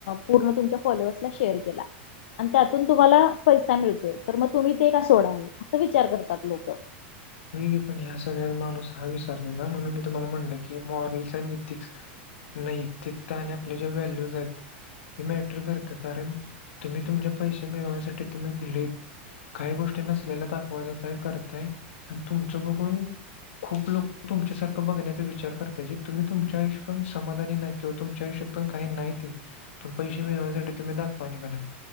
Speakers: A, on the left (about 70°); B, on the left (about 85°).
A: पूर्ण तुमच्या फॉलोअर्सला शेअर केला. आणि त्यातून तुम्हाला पैसा मिळतोय तर मग तुम्ही ते का सोडाल असं विचार करतात लोक.
B: होय की पण ह्या सगळ्यात माणूस हा विसरतोय ना म्हणून मी तुम्हाला म्हटलं की मॉरल्स अनि इथिक्स नैतिकता आणि आपल्या ज्या व्हॅल्यूज आहेत हे मॅटर करत्यात. कारण तुम्ही तुमचे पैसे मिळवण्यासाठी तुम्ही <inaudible> काही गोष्टी नसलेला दाखवयाच्या करताय आणि तुमचं बघून खूप लोक तुमच्यासारखं बघण्याचा विचार करतय जे तुम्ही तुमच्या आयुष्यात पण समाधानी नाही ते्हा तुमच्या आयुष्यात पण काही नाही ती पण पैसे मिळण्यासाठी तुम्ही दाखवाय निघाला.